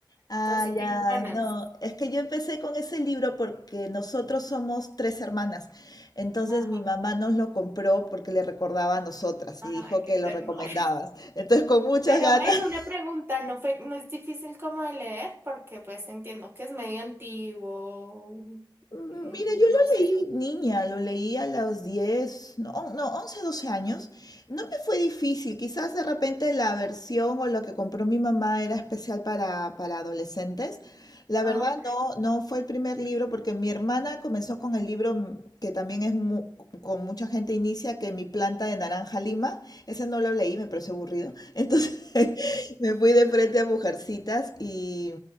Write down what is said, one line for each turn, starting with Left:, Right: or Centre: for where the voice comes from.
Left: Ah,
Right: Entonces sí
Left: ya,
Right: tengo ganas.
Left: no, es que yo empecé con ese libro porque nosotros somos tres hermanas, entonces
Right: Ajá.
Left: mi mamá nos lo compró porque le recordaba a nosotras
Right: Ay,
Left: y dijo que
Right: qué
Left: lo
Right: ternura.
Left: recomendabas, entonces con muchas
Right: Pero
Left: ganas
Right: ven, una pregunta, no fue, no es difícil como de leer, porque pues entiendo que es medio antiguo,
Left: Mm,
Right: mm,
Left: Mira, yo lo
Right: no sé.
Left: leí niña, lo leí a los 10, no, on- no, 11, 12 años. No me fue difícil, quizás de repente la versión o lo que compró mi mamá era especial para, para adolescentes. La verdad
Right: Ah,
Left: no, no fue el primer libro porque mi hermana comenzó con el libro mm, que también es mu- con mucha gente inicia, que Mi planta de naranja lima. Ese no lo leí, me pareció aburrido. Entonces <laughs> Me fui de frente a Mujercitas y,